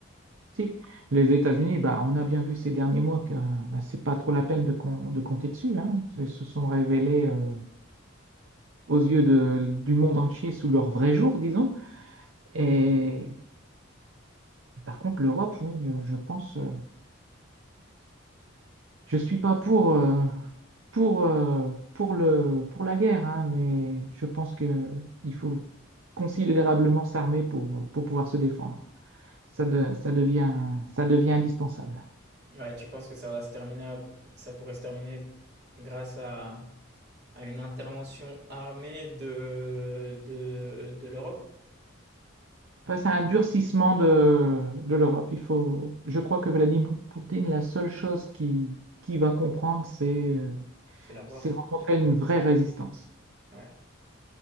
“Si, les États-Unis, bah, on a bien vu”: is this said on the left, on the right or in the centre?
Right